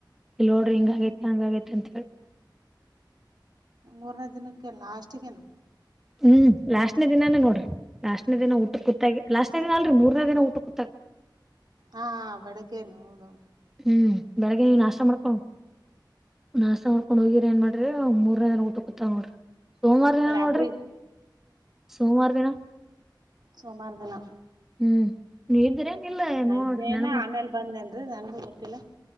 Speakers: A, in the centre; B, on the right (about 60°).
A: ಇಲ್ಲಿ ನೋಡ್ರಿ
B: ಹ್ಮ್
A: ಹಿಂಗ ಆಗೈತೆ ಹಂಗ ಆೈತೆ ಅಂತ ಹೇಳಿ <inaudible>
B: ಮೂರನೇ ದಿನಕ್ಕೆಲ್ಲ ಲಾಸ್ಟ್ ೇನು
A: ಹ್ಮ್ ಲಾಸ್ಟ್ನೇ ದಿನಾನೇ ನೋಡ್ರಿ ಲಾಸ್ಟ್ನೇ ದಿನ
B: ಹ್ಮ್
A: ಊಟ ಕೂುತ್ತಾಗಿ ಲಾಸ್ಟ್ ನಾಲ್ರಿ ಮೂರ್ನೇ ದಿನ ಊಟ ಕೂತ
B: ಹಾ ಬೆಳಗ್ಗೆನ ಹೌದು
A: ಹ್ಮ್ ಬೆಳಗ್ಗೆ ನೀ್ ನಾಶ ಮಾಡ್ಕೊಂಡು ನಾಶ ಮಾಡ್ಕೊಂಡ್ ಹೋಗಿ ಏನ್ ಮಾಡ್ರಿ ಮೂರ್ನದನ ಊು ಕ ಕುೂತ ನೋ್ರಿ ಸೋಮವಾರ ದಿನ
B: ರಾತ್ರಿ
A: ನೋಡ್ರಿ ಸೋಮವಾರ ದಿನ
B: ಸೋಮಾರ ದಿನ
A: ಹ್ಮ್ ನೀವ್ ಇದ್ರೇನ್ ಇಲ್ಲ ನೋಡ್ರಿ
B: ಆಯ್ತ
A: ನೆನಪ್
B: ನ ಆಮೇಲೆ ಬಂದೆ ಅೆ ನನ್ಗೂ ಗೊತ್ತಿಲ್ಲ